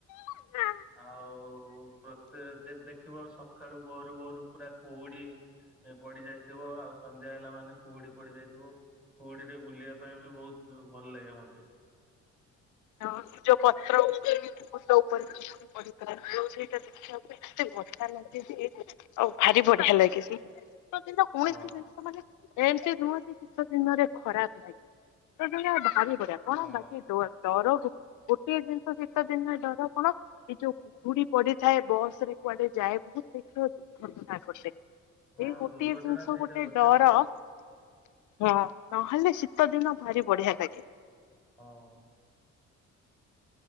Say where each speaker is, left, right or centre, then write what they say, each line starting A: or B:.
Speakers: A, on the left; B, in the centre.
A: <unintelligible>
B: ଆଉ ପ୍ରତେ ଦେଖିବ ସକାଳୁ ଭୋରୁ ଭୋରୁ ପୁରା କୁହୁଡି ପଡି ଯାଇଥିବ ଆଉ ସନ୍ଧ୍ୟା ହେଲା ମାନେ କୁହୁଡି ପଡିଯାଇଥିବ କୁହୁଡିରେ ବୁଲିବା ପାଇଁ ବି ବହୁତ ଭଲ ଲାଗେ ମୋ
A: ହଁ ଯୋଉ ପତ୍ର ମୁଣ୍ଡ ଉପରେ ସେଇଟା ପଡିଥାଏ ଏ ଜିନିଷ ଦେଖିବା ପାଇଁ ମଜା ଲାଗେ ଆଉ ଭାରି ବଢି ଲାଗେ ସେ ଦିନ କୌଣସି
B: ହଁ
A: ଜିନିଷ ମାନେ ଏମିତି ରୁହନ୍ତି ଶୀତ ଦିନରେ ଖରାପ ଲାଗେ ସେଦିନ ଭାରି ବଢି କଣ
B: ହଁ
A: ବାକି ଡର ଗୋଟିଏ ଜିନିଷ ଶୀତ ଦିନେ ଡର କଣ ଏଇ ଯୋଉ କୁହୁଡି ପଡିଥାଏ ବସ୍ ରେ କୁଆଡେ ଯାଏ ବହୁତ ଶୀଘ୍ର ଦୁଃଖ <unintelligible> କରିଦିଏ।
B: ହଁ
A: ଏଇ ଗୋଟିଏ
B: ଦୁର୍ଘଟଣା
A: ଜିନିଷ
B: ସେଇଟା
A: ଗୋଟେ
B: ଘଟେ
A: ଡର।
B: ଆଉ
A: ହଁ ନହେଲେ ଶୀତ ଦିନ ଭାରି ବଢିଆ ଲାଗେ।
B: ହଁ।